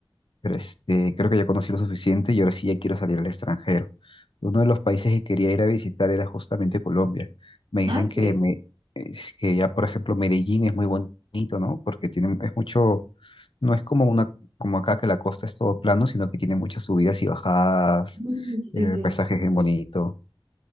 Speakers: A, on the left; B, on the right.
A: Pero este, creo que ya conocí lo suficiente y ahora sí ya quiero salir al extranjero. Uno de los países que quería ir a visitar era justamente Colombia. Me dicen
B: ah, sí.
A: que, me, es que ya, por ejemplo, Medellín es muy bonito, ¿no? Porque tiene, es mucho, no es como una, como acá que la costa es todo plano, sino que tiene muchas subidas y bajadas,
B: Mm, Sí,
A: eh,
B: sí,
A: paisajes
B: sí.
A: bien
B: sí.
A: bonitos,